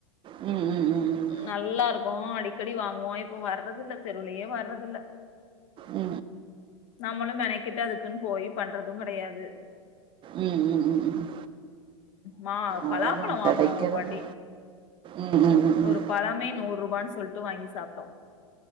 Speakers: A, on the right; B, on the left.
A: ம் ம் ம் ம் ம்
B: நல்லா இருக்கு அடிக்கடி வாங்குவோ இப்ப வர்றது இல்ல தெருவுலயே வர்றது இல்ல
A: உம்
B: நம்மளும் நெனைக்கிட்டு அதுக்குன்னு போயி பண்றதும் கெடையாது
A: ம் ம் ம் ம்
B: மா
A: அவ்ளோதா
B: பலாப்பழோ வாங்கணு
A: கெடைக்கிறது
B: ஒரு வாட்டி
A: ம் ம் ம்
B: ஒரு
A: ம்
B: பழமே நூறு ரூபான் சொல்ட்டு வாங்கி சாப்டோ